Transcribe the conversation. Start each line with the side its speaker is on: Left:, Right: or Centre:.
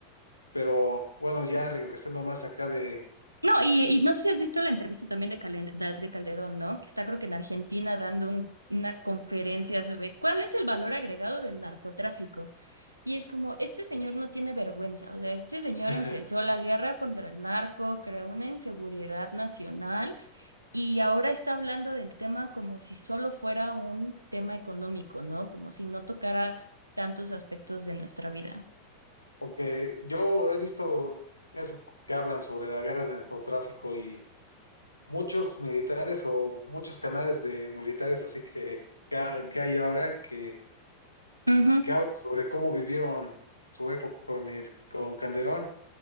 Left: Pero bueno, ya regresando más acá de...
Right: No, y, y no sé si has visto la entrevista también de, Calen- da- de Calderón, ¿no? Que está creo que en Argentina dando un- una conferencia sobre cuál es el valor agregado del narcotráfico. Y es como, este señor no tiene vergüenza, o sea, este señor
Left: <laughs>
Right: empezó la guerra contra el narco, creó una inseguridad nacional y ahora está hablando del tema como si solo fuera un tema económico, ¿no? Como si no tocara tantos aspectos de nuestra vida.
Left: Porque yo he visto eso que hablan sobre la guerra del narcotráfico y muchos militares o muchos canales de militares así que, que, ha- que hay ahora que,
Right: Ujú.
Left: que hablan sobre cómo vivieron su época con el, con Calderón.